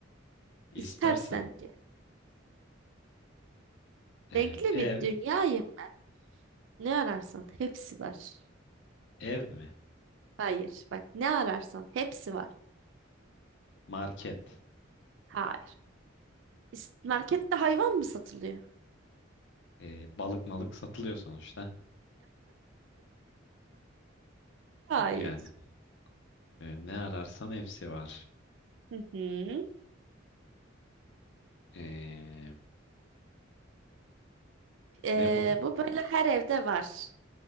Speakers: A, on the left; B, on the right.
A: İstersen
B: İstersen diyor.
A: ee,
B: Renkli
A: ev,
B: bir dünyayım ben. Ne ararsan hepsi var.
A: ev mi?
B: Hayır. Bak ne ararsan hepsi var.
A: Market,
B: Hayır. İs- Markette hayvan mı satılıyor?
A: ee, balık malık satılıyor sonuçta.
B: <laughs> Hayır.
A: Yani ee, ne ararsan hepsi var.
B: Hı hı.
A: Ee,
B: Ee,
A: ne bu?
B: bu böyle her evde var.